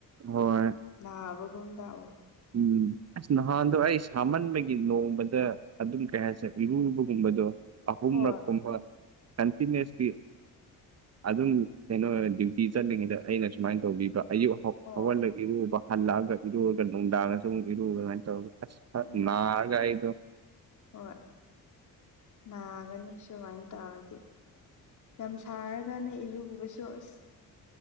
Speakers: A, on the right; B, on the left.
A: ꯍꯣꯏ
B: ꯅꯥꯕꯒꯨꯝꯗ ꯑꯣꯏ
A: ꯎꯝ ꯑꯁ ꯅꯍꯥꯟꯗꯣ ꯑꯩ ꯁꯥꯃꯟꯕꯒꯤ ꯅꯣꯡꯃꯗ ꯑꯗꯨꯝ ꯀꯩ ꯍꯥꯏꯁꯦ ꯂꯨꯕꯒꯨꯝꯕꯗꯣ ꯑꯍꯨꯝꯂꯛ
B: ꯍꯣꯏ
A: ꯀꯨꯝꯕ ꯀꯟꯇꯤꯅ꯭ꯁꯂꯤ ꯑꯗꯨꯝ ꯀꯩꯅꯣ ꯗ꯭ꯌꯨꯇꯤ ꯆꯠꯂꯤꯉꯩꯗ ꯑꯩꯅ ꯁꯨꯃꯥꯏꯅ ꯇꯧꯕꯤꯕ ꯑꯌꯨꯛ ꯍꯧꯒꯜꯂꯒ
B: ꯑꯣ
A: ꯏꯔꯨꯕ ꯍꯜꯂꯛꯑꯒ ꯏꯔꯨꯨꯔꯒ ꯅꯨꯡꯗꯥꯡꯗ ꯁꯨꯝ ꯏꯔꯨꯕꯒ ꯑꯗꯨꯃꯥꯏꯅ ꯇꯧꯔꯒ
B: ꯎꯝ
A: ꯒꯥꯏꯗꯣ
B: ꯍꯣꯏ ꯅꯥꯒꯅꯤ ꯁꯨꯃꯥꯏꯅ ꯇꯧꯔꯗꯤ ꯌꯥꯝ ꯁꯥꯔꯒꯥꯟꯅꯦ ꯏꯔꯨꯒꯨꯕꯁꯨ ꯑꯁ